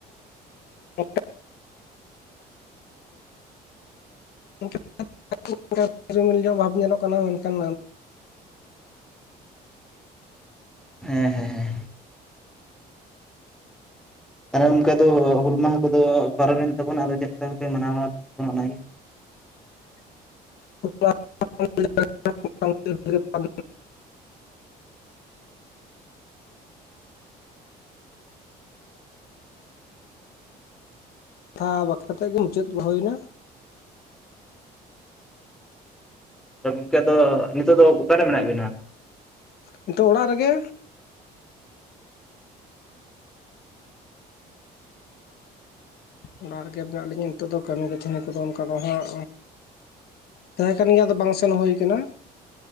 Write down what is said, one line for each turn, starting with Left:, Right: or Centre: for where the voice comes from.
Left: ᱦᱮ <unintelligible> ᱨᱤᱢᱤᱞ ᱧᱚᱜ ᱵᱷᱟᱵᱽ ᱧᱮᱞᱚᱜ ᱠᱟᱱᱟ ᱢᱮᱱᱠᱷᱟᱱ
Centre: ᱦᱮᱸ ᱦᱮᱸ ᱦᱮᱸ ᱛᱟᱦᱮ ᱚᱱᱠᱟ ᱫᱚ ᱦᱩᱞ ᱢᱟᱦᱟ ᱠᱚᱫᱚ ᱯᱟᱨᱚᱢᱮᱱ ᱛᱟᱵᱚᱱᱟ ᱟᱫᱚ ᱪᱮᱫ ᱞᱮᱠᱟᱯᱮ ᱢᱟᱱᱟᱣᱟ ᱵᱟᱲᱟ ᱞᱮ ᱛᱟᱵᱚᱱ ᱚᱱᱟᱜᱮ
Left: <inaudible> ᱠᱟᱛᱷᱟ ᱵᱟᱠᱷᱮᱲ ᱠᱟᱛᱮᱫ ᱜᱮ ᱢᱩᱪᱟᱹᱫ ᱦᱩᱭᱮᱱᱟ
Centre: ᱟᱫᱚ ᱜᱚᱝᱠᱮ ᱫᱚ ᱱᱤᱛᱚᱜ ᱫᱚ ᱚᱠᱟᱨᱮ ᱢᱮᱱᱟᱜ ᱵᱤᱱᱟ?
Left: ᱱᱤᱛᱚᱜ ᱚᱲᱟᱜ ᱨᱮᱜᱮ ᱚᱱᱟᱲᱟᱜ ᱨᱮᱜᱮ ᱢᱮᱱᱟᱜ ᱞᱤᱧᱟᱹ ᱱᱤᱛᱚᱜ ᱫᱚ ᱠᱟᱹᱢᱤ ᱠᱟᱹᱥᱱᱤ ᱠᱚᱫᱚ ᱚᱱᱠᱟ ᱫᱚ ᱦᱟᱸᱜ ᱛᱟᱦᱮᱸ ᱠᱟᱱ ᱜᱮᱭᱟ ᱟᱫᱚ ᱵᱟᱝ ᱥᱮᱱ ᱦᱩᱭ ᱟᱠᱟᱱᱟᱹ